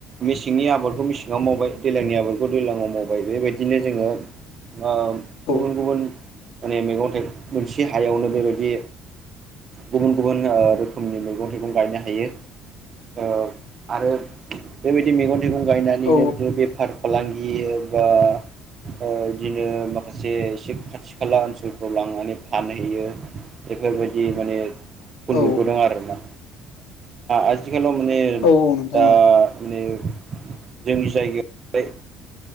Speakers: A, on the right; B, on the left.
A: मेसेंनि आबादखौ मेसें ना मावबाय दैज्लांनि आबादखौ दैज्लाङाव मावबाय बेबायदिनो जोङो ओ
B: औ
A: गुबुन गुबुन माने मैगं थाइगं मोनसे हायावनो बेबायदि गुबुन गुबुन रोखोमनि मैगं-थाइगं गायनो हायो। ओ आरो बेबायदि मैगं थाइगं गायनानैनो
B: औ
A: बिदिनो बेफार फालांगि ओ ओ बिदिनो माखासे एसे खाथि खाला ओनसोलफ्राव लांनानै फानहैयो। बेफोरबायदि मानेखौ
B: औ
A: नुबोदों आरोना आथिखालाव माने
B: औ नोंथां
A: दा
B: औ
A: माने जोंनि जायगायाव